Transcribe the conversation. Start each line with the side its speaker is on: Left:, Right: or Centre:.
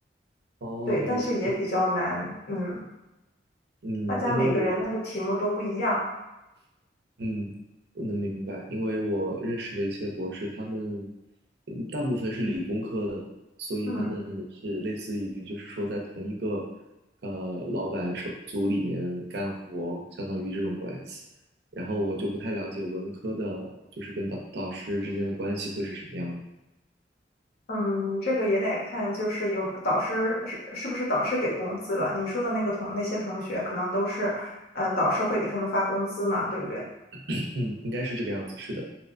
Right: 哦，
Left: 对，
Right: 了解。
Left: 但是也比较难。嗯，
Right: 嗯，
Left: 大家每个人那个题目都不一样。
Right: 因为我嗯，我能明白，因为我认识的一些博士，他们嗯大部分是理工科的，所以他们是类似于就是说在同一个
Left: 嗯
Right: 呃老板手组里面干活，相当于这种关系。然后我就不太了解文科的，就是跟导导师之间的关系会是什么样的。
Left: 嗯，这个也得看，就是有导师是是不是导师给工资了？你说的那个同那些同学，可能都是，嗯，导师会给他们发工资嘛，对不对？
Right: <clears throat> 嗯，应该是这个样子，是的。